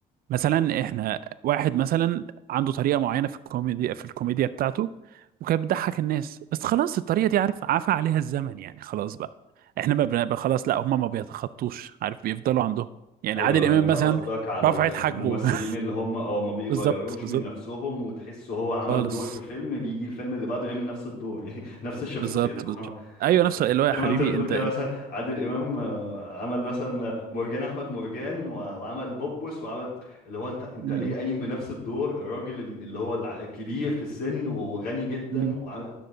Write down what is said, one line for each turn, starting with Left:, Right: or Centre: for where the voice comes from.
Right: مثلا احنا واحد مثلا عنده طريقة معينة في الكوميديا في الكوميديا بتاعته وكانت بتضحك الناس بس خلاص الطريقة دي عارف عفى عليها الزمن يعني خلاص بقى احنا ما بن- خلاص لا هم ما بيتخطوش عارف بيفضلوا عندهم يعني
Left: ايوه
Right: عادل امام
Left: انت
Right: مثلا
Left: قصدك على
Right: رفعت
Left: ال-
Right: حاجبه
Left: الممثلين
Right: <laughs>
Left: اللي هم اه ما بيغيروش
Right: بالظبط بالظبط
Left: من نفسهم وتحس هو عمل
Right: خالص
Left: دور في فيلم بيجي الفيلم اللي بعده يعمل نفس الدور <laughs> يعني نفس الشخصيه
Right: بالظبط بالظبط
Left: اه
Right: ايوه نفس اللي
Left: زي
Right: هو يا حبيبي
Left: ما انت بتقول
Right: انت
Left: كده
Right: <laughs> انت
Left: مثلا عادل امام آه، عمل مثلا مرجان احمد مرجان و- وعمل بوبوس وعمل اللي هو انت انت
Right: مم.
Left: ليه قايم بنفس الدور الراجل ال- اللي هو الع- الكبير في السن وغني جدا
Right: مم.
Left: وعمل